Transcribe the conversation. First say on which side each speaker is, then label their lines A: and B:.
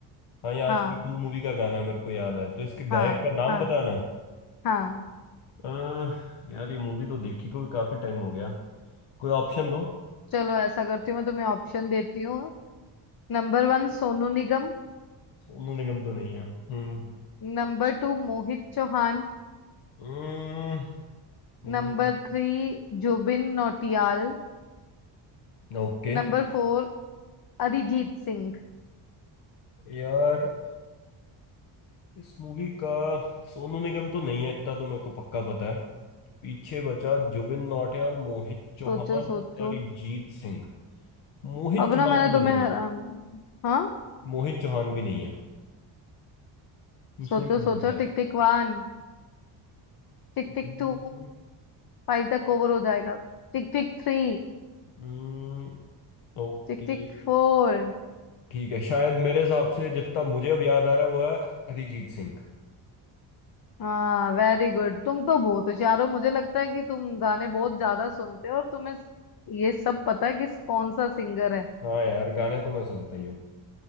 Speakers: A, on the left; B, on the left.
A: हाँ ये आज
B: हाँ
A: की टू मूवी का गाना है मेरे को याद है तो इसके गायक
B: हाँ
A: का नाम
B: हाँ
A: बताना है
B: हाँ
A: अह, यार ये मूवी तो देखी को भी काफी टाइम हो गया कोई ऑप्शन दो
B: चलो ऐसा करती हूँ मैं तुम्हें ऑप्शन देती हूँ Number one Sonu Nigam
A: सोनू निगम तो नहीं है हम्म
B: Number two Mohit Chauhan
A: हम्म हम्म,
B: Number three Jubin Nautiyal
A: ओके
B: Number four Arijit Singh
A: यार इस मूवी का सोनू निगम तो नहीं है इतना तो मेरे को पक्का पता है पीछे बचा जुबिन नौटियाल मोहित चौहान
B: सोचो सोचो
A: और अरिजीत सिंह मोहित
B: अब
A: चौहान
B: ना मैंने
A: भी
B: तुम्हें
A: नहीं
B: हैरान
A: है
B: हाँ
A: मोहित चौहान भी नहीं है उसने
B: सोचो
A: भी
B: सोचो
A: नहीं
B: tick tick one tick
A: गाया
B: tick two five तक ओवर हो जाएगा tick tick three
A: हम्म ओके
B: tick tick four
A: ठीक है शायद मेरे हिसाब से जितना मुझे अब याद आ रहा है वो है अरिजीत सिंह
B: हाँ वेरी गुड तुम तो बहुत होशियार हो मुझे लगता है कि तुम गाने बहुत ज्यादा सुनते हो और तुम्हें ये सब पता है कि कौन सा सिंगर है
A: हाँ यार गाने तो मैं सुनता ही हूँ